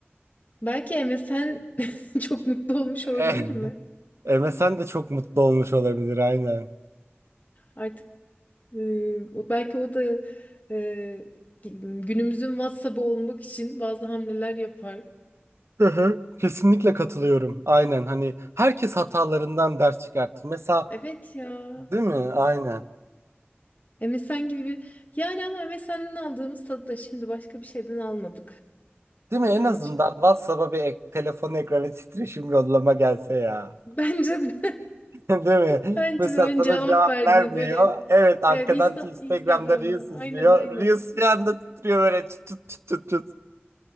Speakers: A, on the left (about 40°); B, on the right (about 80°).
A: Belki MSN <laughs> çok mutlu olmuş olabilir
B: Eh, <laughs>
A: mi?
B: MSN de çok mutlu olmuş olabilir aynen.
A: Artık e, o- belki o da e, günümüzün WhatsApp'ı olmak için bazı hamleler yapar.
B: Hı hı. Kesinlikle katılıyorum. Aynen hani herkes hatalarından ders çıkartır. Mesela
A: Evet ya.
B: değil mi? Aynen.
A: MSN gibi bir... Yani ama MSN'den aldığımız tadı da şimdi başka bir şeyden almadık.
B: Değil mi? En
A: Yanlış
B: azından
A: değil.
B: WhatsApp'a bir ek- telefon ekranı titreşim yollama gelse ya.
A: Bence de,
B: <laughs> Değil
A: <laughs>
B: mi?
A: bence
B: Mesela
A: de hani
B: sana
A: cevap
B: cevap
A: verdiği
B: vermiyor.
A: böyle
B: Evet arkadan
A: evet Insta-
B: Instagram'da
A: Instagram'da
B: Reels
A: aynen
B: izliyor.
A: aynen.
B: Reels bir anda titriyor böyle tut tut tut tut. tut.